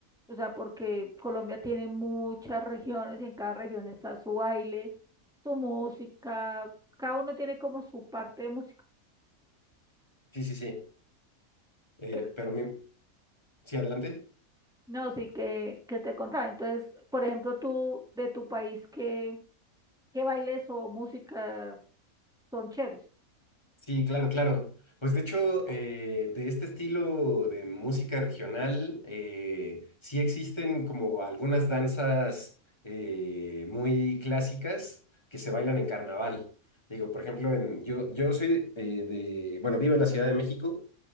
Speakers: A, in the centre; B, on the left.
A: o sea, porque Colombia tiene muchas regiones y en cada región está su baile, su música, cada uno tiene como su parte de música,
B: Sí, sí, sí. Eh,
A: pero
B: pero mi- sí, adelante.
A: no, sí que, que te contaba. Entonces, por ejemplo, tú de tu país, ¿qué, qué bailes o música son chéveres?
B: Sí, claro, claro. Pues de hecho, eh, de este estilo de música regional, eh, sí existen como algunas danzas eh, muy clásicas que se bailan en carnaval. Digo, por ejemplo, en, yo, yo soy eh, de, bueno, vivo en la Ciudad de México,